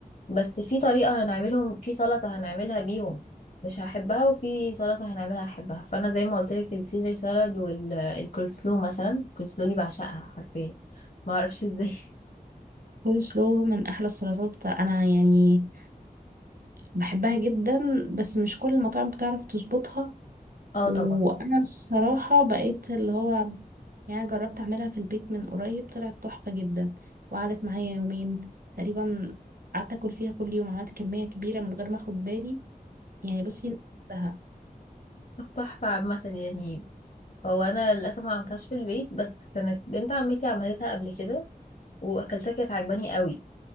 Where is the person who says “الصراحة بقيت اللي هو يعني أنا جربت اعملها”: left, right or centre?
Right